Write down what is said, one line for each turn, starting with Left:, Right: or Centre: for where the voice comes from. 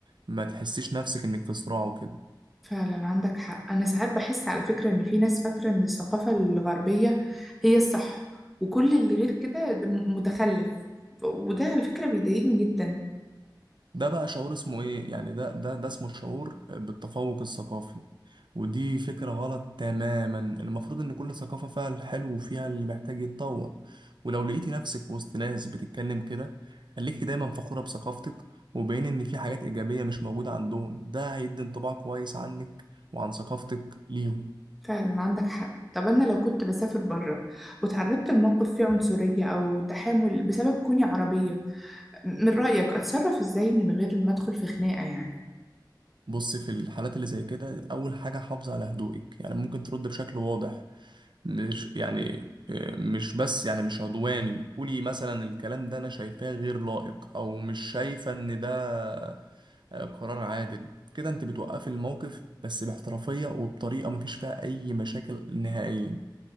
Right: ما تحسيش نفسك إنك في صراع وكده
Centre: فعلا عندك حق أنا ساعات بحس على فكرة إن في ناس فاكرة إن الثقافة الغربية هي الصح وكل اللي غير كده ده م- متخلف وده على فكرة بيضايقني جدا
Right: ده بقى شعور اسمه ايه يعني ده ده ده اسمه شعور بالتفوق الثقافي ودي فكرة غلط تماما المفروض ان كل ثقافة فيها الحلو وفيها اللي محتاج يتطور ولو لقيتي نفسك وسط ناس بتتكلم كده خليكي دايما فخورة بثقافتك وبين ان في حاجات ايجابية مش موجودة عندهم ده هيدي انطباع كويس عنك وعن ثقافتك ليهم
Centre: فعلا عندك حق طب أنا لو كنت بسافر بره وتعرضت لموقف فيه عنصرية أو تحامل بسبب كوني عربية من رأيك أتصرف إزاي من غير ما أدخل في خناقة يعني
Right: بص في الحالات اللي زي كده اول حاجة حافظي على هدوئك يعني ممكن ترد بشكل واضح مش يعني آه، مش بس يعني مش عدواني قولي مثلا الكلام ده انا شايفاه غير لائق او مش شايفة ان ده آه، قرار عادل كده انت بتوقفي الموقف بس باحترافية وبطريقة مفيش فيها اي مشاكل نهائيا